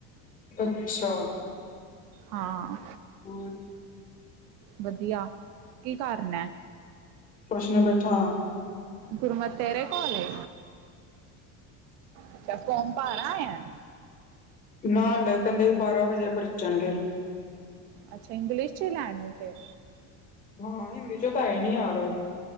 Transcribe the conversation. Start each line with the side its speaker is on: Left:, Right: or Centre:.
Left: ਅੱਛਾ।
Right: ਹਾਂ
Left: ਹੋਰ
Right: ਵਧੀਆ, ਕੀ ਕਰਨਾ ਐ
Left: ਕੁਛ ਨੀ ਬੈਠਾ
Right: ਗੁਰਮਤ ਤੇਰੇ ਕੋਲ਼ ‌ਏ? ਅੱਛਾ ਫੋਰਮ ਭਰ ਆਏ ਆ?
Left: ਨਾ ਹਲੇ ਕਹਿੰਦੇ ਬਾਰਾਂ ਵਜੇ ਭਰਚਣਗੇ।
Right: ਅੱਛਾ ਇੰਗਲਿਸ਼ ਚ ਲੈਣੀ ਹੈ ਫਿਰ
Left: ਹਾਂ ਹਿੰਦੀ ਚੋਂ ਤਾਂ ਹੈਏ ਨੀ ਯਾਰ।